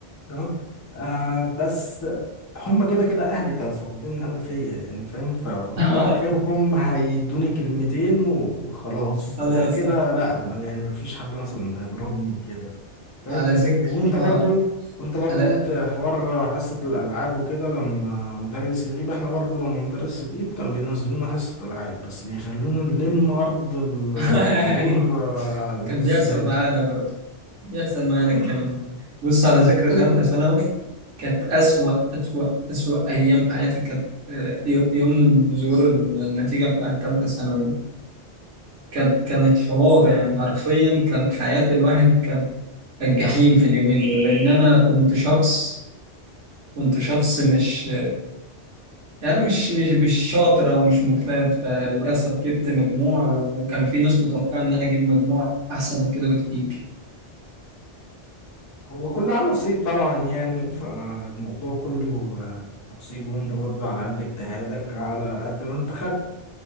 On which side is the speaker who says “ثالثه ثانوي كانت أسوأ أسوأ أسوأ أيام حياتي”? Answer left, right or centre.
Right